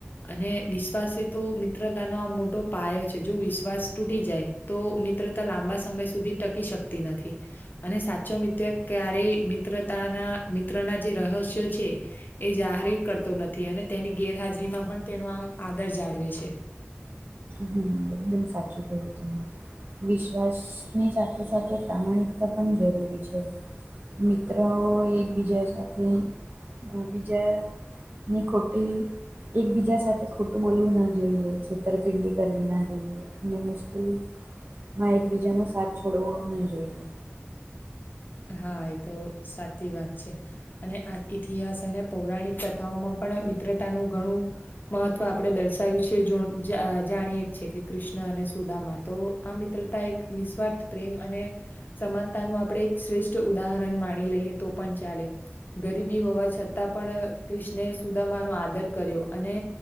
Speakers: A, on the left (about 45°); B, on the right (about 50°).
A: અને વિશ્વાસે તો મિત્રતાનો આ મોટો પાયો છે જો વિશ્વાસ તૂટી જાય તો મિત્રતા લાંબા સમય સુધી ટકી શક તી નથી. અને સાચો મિત્ર ક્યારેય મિત્રતાના મિત્રના જે રહસ્યો છે એ જાહેર કરતો નથી અને તેની ગેરહાજરીમાં પણ તેનો આમ આદર જાળવે છે.
B: હમ એકદમ સાચું કયું તમે. વિશ્વાસની સાથે સાથે પ્રામાણિકતા પણ જરૂરી છે. મિત્રઓ એકબીજા સાથે બીજા ની ખોટે એકબીજા સાથે ખોટું બોલવું ન જોઈએ છેતરપિંડી કરવી ના જોઈએ અને મુશ્કેલીમાં એકબીજાનો સાથ છોડવો ના જોઈએ.
A: હા એ તો સાચી વાત છે. અને આ ઇતિહાસ અને પૌરાણિક કથાઓમાં પણ મિત્રતાનું ઘણું મહત્વ આપણે દર્શાયું છે જો જાણીએ કે કૃષ્ણ અને સુદામાં તો આ મિત્ર મિત્રતા એક નિસ્વાર્થ પ્રેમ અને સમાનતા નું આપણે શ્રેષ્ઠ ઉદાહરણ માણી લઈએ તો પણ ચાલે. ગરીબી હોવા છતાં પણ કૃષ્ણ સુદામાનો આદર કર્યો અને